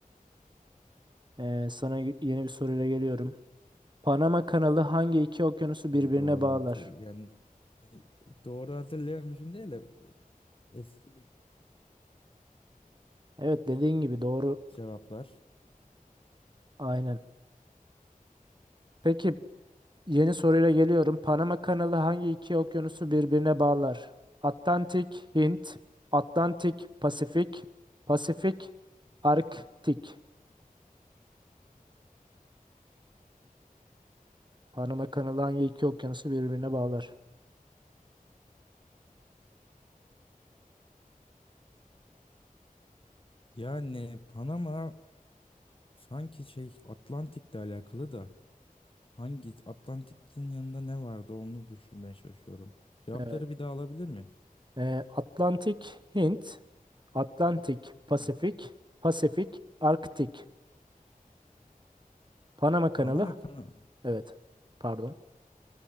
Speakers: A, on the right; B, on the left.
A: Ee, sana yeni bir soruyla geliyorum. Panama Kanalı hangi iki okyanusu
B: İyi
A: birbirine
B: doğru
A: bağlar?
B: hatırlı. Yani doğru hatırlayamıyorum değil de eski bir
A: Evet dediğin gibi doğru.
B: cevaplar.
A: Aynen. Peki yeni soruyla geliyorum. Panama Kanalı hangi iki okyanusu birbirine bağlar? Atlantik, Hint, Atlantik, Pasifik, Pasifik, Arktik. Panama Kanalı hangi iki okyanusu birbirine bağlar?
B: Yani Panama sanki şey Atlantik'le alakalı da hangi Atlantik'in yanında ne vardı onu düşünmeye çalışıyorum. Cevapları
A: Evet.
B: bir daha alabilir miyim?
A: Ee, Atlantik, Hint, Atlantik, Pasifik,
B: Ha.
A: Pasifik, Arktik. Panama Kanalı.
B: Panama kanalı.
A: Evet. Pardon.